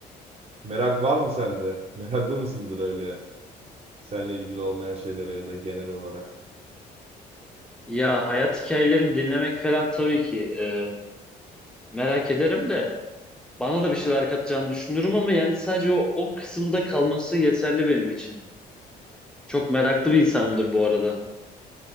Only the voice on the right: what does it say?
Merak var mı sende? <laughs> Meraklı mısındır öyle seninle ilgili olmayan şeylere ya da genel olarak?